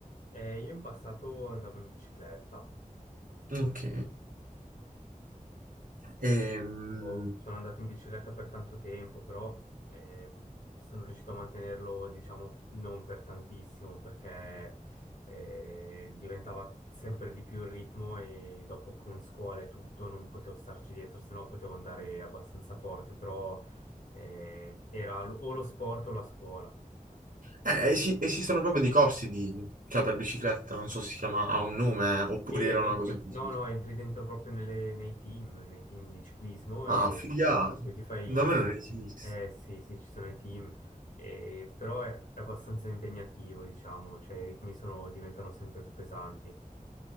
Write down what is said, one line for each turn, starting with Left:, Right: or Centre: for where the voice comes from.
Left: Eh, io in passato andavo in bicicletta,
Right: Ok. Ehm,
Left: Ho- sono andato in bicicletta per tanto tempo, però eh, sono riuscito a mantenerlo, diciamo, non per tantissimo, perché eh, diventava sempre di più il ritmo e dopo con scuola e tutto non potevo starci dietro, sennò potevo andare abbastanza forte, però eh, era lo- o lo sport o la scuola.
Right: eh, esi- esistono proprio dei corsi di, cioè per bicicletta, non so se si chiama, ha un nome, eh, oppure
Left: E
Right: era una
Left: entri,
Right: cosa così.
Left: no, no, entri dentro proprio nelle- nei team, nei team di ciclismo
Right: Ah,
Left: e
Right: figato.
Left: poi ti fai...
Right: Da me non esiste.
Left: Eh sì, sì, ci sono i team, eh, però è abbastanza impegnativo, diciamo, cioè i ritmi sono- diventano sempre più pesanti.